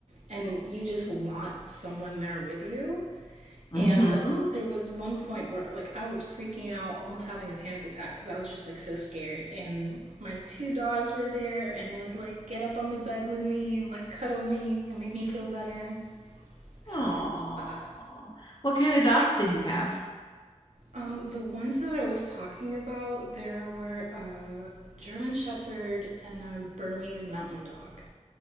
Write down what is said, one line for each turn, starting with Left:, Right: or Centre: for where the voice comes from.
Right: and you just want someone there with you.
Left: Mm-hmm.
Right: And there was one point where like I was freaking out, almost having a panic attack because I was just like so scared. And my two dogs were there and they would like get up on the bed with me and like cuddle me and make me feel better. So
Left: Aww.
Right: I love that.
Left: What kind of dogs did you have?
Right: Um, the ones that I was talking about, there were a German Shepherd and a Burmese Mountain Dog.